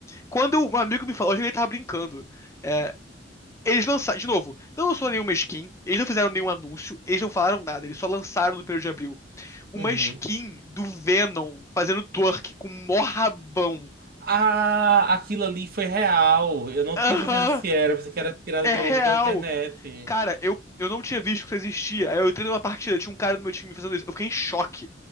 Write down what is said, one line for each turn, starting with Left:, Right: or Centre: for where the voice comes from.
Left: Quando um amigo me falou, eu achei que ele tava brincando. É, eles lançaram, de novo, não lançou nenhuma skin, eles não fizeram nenhum anúncio, eles não falaram nada, eles só lançaram no primeiro de abril uma
Right: Uhum.
Left: skin do Venom fazendo twerk com mó rabão.
Right: Ah, aquilo ali foi real. Eu não
Left: Aham,
Right: tinha certeza se era, pensei que era tirado
Left: é
Right: de
Left: real.
Right: onda da internet.
Left: Cara, eu, eu não tinha visto que isso existia. Aí eu entrei numa partida, tinha um cara no meu time fazendo isso. Eu fiquei em choque.